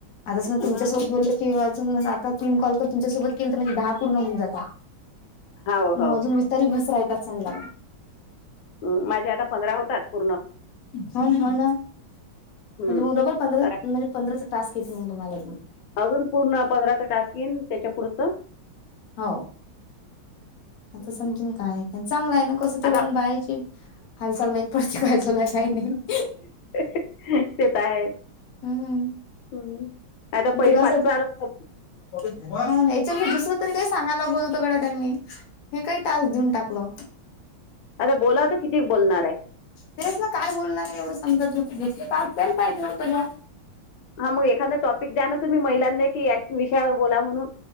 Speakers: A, on the left; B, on the left.
A: आता स
B: ह
A: तुमच्यासोबत बोले. की वाजून आता तीन कॉल कर तुमच्यासोबत केल त माझे बई दहा पूर्ण होऊन जातात.
B: हो
A: मग
B: हो
A: अजून विस <unintelligible>
B: ऊ माझे आता पंधरा होतात पूर्ण.
A: होन, होन म्हणजे
B: हम्म
A: म डबल पंधरा
B: तर
A: म्हणजे पंधराच टास्क <unintelligible> तुम्हालाजून
B: अजून पूर्ण पंधराचा टास्क येईन त्याच्या पुढचं.
A: हो आता
B: हम्म.
A: समजेन काय आहे ते चांगलं आहे ना कसं तेवढन
B: आता
A: बाये ची हालचाल माहित पडती कायचालू आहे काही नही.
B: ते त आहेच.
A: हूं
B: हम्म. आता पहिले
A: ते कासत.
B: पाचचं आलं होतं.
A: होन याच्यामद दुसरं तरी काही सांगाय लागोलत गड्या त्यांनी. हे काही टास्क देऊन टाकलं.
B: आता बोलाव त किती बोलणार आहे.
A: तेच ना काय बोलणार आहे एवढं समजा ज्योती घेतली पास द्याल पाहिजे होतं ना.
B: हा मग एखादा टॉपिक द्या न तुम्ही महिलांले की याच विषयावर बोला म्हणून.